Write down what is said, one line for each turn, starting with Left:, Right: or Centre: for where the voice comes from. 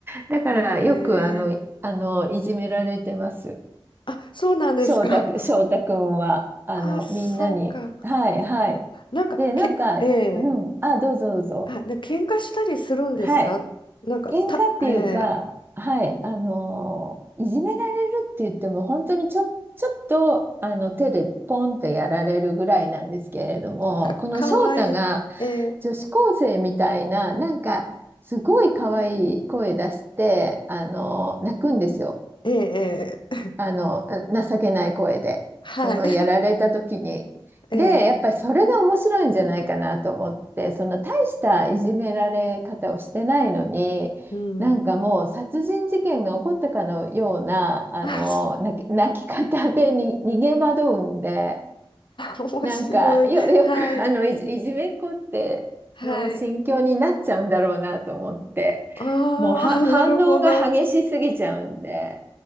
Right: だからよくあの、
Left: <laughs> へえ、
Right: あの、いじめられてます。
Left: あ、そうなんですか。
Right: 翔太く、翔太くんは、あの、
Left: あ、そうか。
Right: みんなに。はい、はい。
Left: なんか、
Right: で、なんか、
Left: け、ええ、
Right: うん、あ、どうぞどうぞ。
Left: あ、なんか喧嘩したりするんですかなんか、
Right: はい。喧嘩っていうか、
Left: た、ええ、
Right: はい、あのーいじめられるって言っても、本当にちょ、ちょっとあの手でポンってやられるぐらいなんですけれども、
Left: か、
Right: この翔太が
Left: かわいい。ええ、
Right: 女子高生みたいな、なんかすごい可愛い声出して、あのー泣くんですよ。
Left: ええ、ええ
Right: あの、情けない声で、
Left: <laughs> はい。
Right: そのやられた時に。
Left: <laughs> ええ、
Right: で、やっぱりそれが面白いんじゃないかなと思って、その大したいじめられ方をしてないのに、
Left: うん。
Right: なんかもう殺人事件が起こったかのような、あの、
Left: あ、そ
Right: 泣き、泣き方でに逃げ惑うんで、
Left: う <laughs> 面白い。
Right: なんかよ、よくあの、
Left: はい、
Right: いじ、いじめっ子っての心境になっちゃうんだろうなと思って、
Left: はい。ああ、
Right: もうは反応が激しすぎちゃうんで、
Left: <laughs> なるほど。